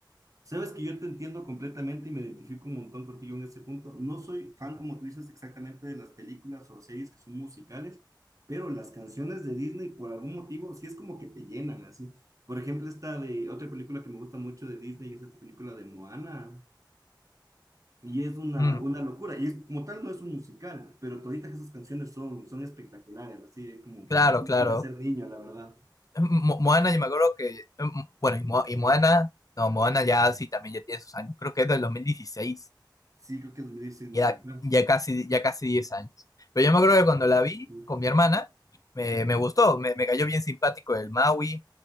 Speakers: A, on the right (about 45°); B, on the left (about 45°).
A: Sabes que yo te entiendo completamente y me identifico un montón contigo en ese punto. No soy fan, como tú dices, exactamente de las películas o series que son musicales, pero las canciones de Disney, por algún motivo, sí es como que te llenan así. Por ejemplo, esta de otra película que me gusta mucho de Disney es esta película de Moana. Y es una,
B: Mm,
A: una locura. Y es, como tal no es un musical, pero toditas esas canciones son, son espectaculares, así es como
B: claro,
A: uno
B: claro.
A: vuelve a ser niño, la verdad.
B: Em, Mo- Moana, yo me acuerdo que, mm, bueno, y, Mo- y Moana, no, Moana ya sí, también ya tiene sus años, creo que es del dos mil dieciséis
A: Sí, creo que es 2016, no,
B: Ya,
A: no, no,
B: ya casi, ya casi 10 años. Pero yo me acuerdo que cuando la vi
A: locura.
B: con mi hermana, me, me gustó, me, me cayó bien simpático el Maui,